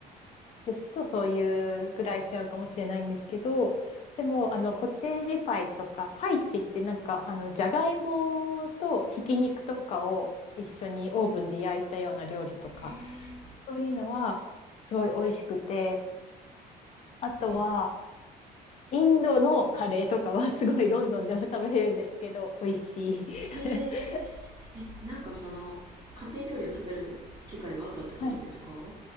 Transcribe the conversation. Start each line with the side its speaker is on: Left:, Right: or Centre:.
Left: ですと、そういうぐらいしちゃうかもしれないんですけど、でも、あの、コテージパイとか、パイって言って、なんか、あの、じゃがいもとひき肉とかを一緒にオーブンで焼いたような料理とか、
Right: へえ
Left: そういうのは、すごい美味しくて、あとは、
Right: え
Left: インドのカレーとかは、すごいロンドンでも食べれるんですけど、美味しい。<laughs>
Right: へえ、え、なんかその、家庭料理を食べる機会があったってことですか
Left: はい